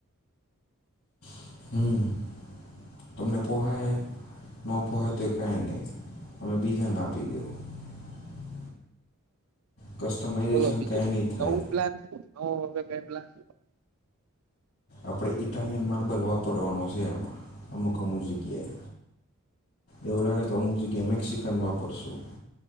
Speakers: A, on the left; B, on the right.
A: <unintelligible> કસ્ટમાઇઝેશન
B: બોલો બીજું,
A: કાંઈ નહીં થાય
B: નવું પ્લાન. <unintelligible>
A: આપણને ઈટાલિયન માર્બલ વાપરવાનો છે. એમાં અમુક અમુક જગ્યાએ એવું લાગે તો અમુક જગ્યાએ મેક્સિકન વાપરશું.